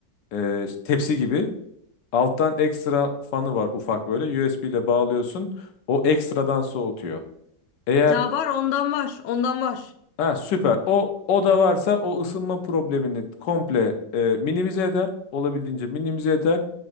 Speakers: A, on the left (about 80°); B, on the left (about 65°).
A: E, işte tepsi gibi. Alttan ekstra fanı var ufak böyle. USB ile bağlıyorsun. O ekstradan soğutuyor. Eğer
B: Ya var ondan var ondan var.
A: Ha süper. O o da varsa o ısınma problemini komple e, minimize eder. Olabildiğince minimize eder.